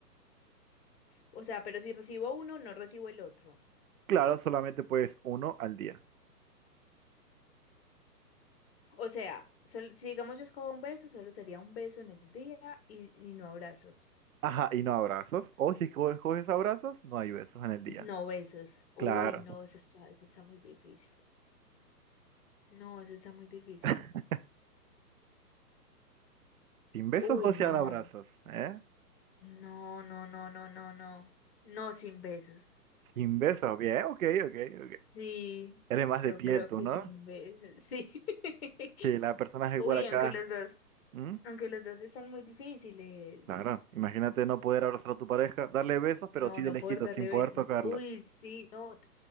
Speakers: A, on the left (about 40°); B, on the right (about 60°).
A: O sea, pero si recibo uno, no recibo el otro.
B: Claro, solamente puedes uno al día.
A: O sea, sol- si digamos yo escojo un beso, solo sería un beso en el día y, y no abrazos.
B: Ajá, y no abrazos. O si coges abrazos, no hay besos en el día.
A: No besos. Uy,
B: Claro.
A: no, eso está, eso está muy difícil. No, eso está muy difícil.
B: <laughs> ¿Sin besos
A: Uy,
B: o
A: no.
B: sean abrazos? ¿Eh?
A: No, no, no, no, no, no. No sin besos.
B: Kim Beso, bien, ok, ok, ok.
A: Sí,
B: Eres más
A: yo
B: de piel
A: creo
B: tú,
A: que
B: ¿no?
A: sin besos. Sí. <laughs>
B: Sí, la persona es igual
A: Uy,
B: acá.
A: aunque los dos.
B: ¿Mm?
A: Aunque los dos están muy difíciles.
B: Claro, imagínate no poder abrazar a tu pareja, darle besos,
A: No,
B: pero sí
A: no
B: de lejito,
A: poder darle
B: sin poder
A: besos.
B: tocarlo.
A: Uy, sí, no,